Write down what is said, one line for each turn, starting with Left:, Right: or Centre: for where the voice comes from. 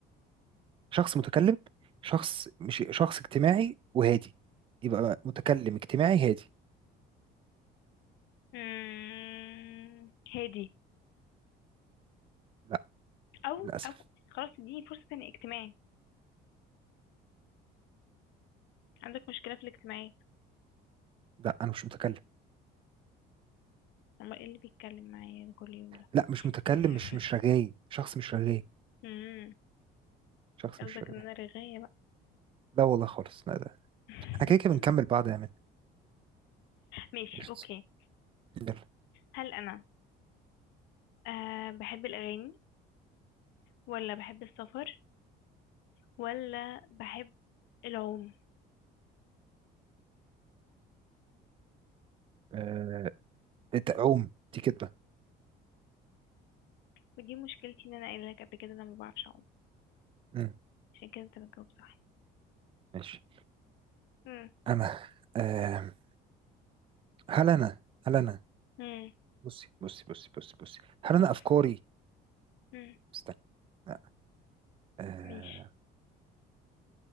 Right: شخص متكلم شخص مش شخص اجتماعي وهادي يبقى متكلم اجتماعي هادي
Left: مم. هادي
Right: لا
Left: او
Right: للاسف
Left: او خلاص اديني فرصة تاني اجتماعي عندك مشكلة في الاجتماعيات
Right: لا انا مش متكلم
Left: امال ايه اللي بيتكلم معايا ده كل يوم ده
Right: لا مش متكلم
Left: <laughs>
Right: مش مش رغاي شخص مش رغاي
Left: مم.
Right: شخص
Left: قصدك
Right: مش رغاي
Left: ان انا رغاية بقى
Right: لا والله خالص لا ده
Left: <laughs>
Right: احنا كده كده بنكمل بعض يا مان
Left: ماشي
Right: قشطة.
Left: اوكي
Right: يلا
Left: هل انا أه بحب الاغاني ولا بحب السفر ولا بحب العوم
Right: آه... انت عوم دي كدبة
Left: ودي مشكلتي ان انا قايله لك قبل كده انا ما بعرفش اعوم
Right: مم،
Left: عشان كده انت بتجاوب صح
Right: ماشي
Left: مم.
Right: انا آه... هل انا هل انا
Left: مم.
Right: بصي بصي بصي بصي بصي هل
Left: بص
Right: انا افكاري
Left: مم.
Right: استنى لا آه...
Left: ماشي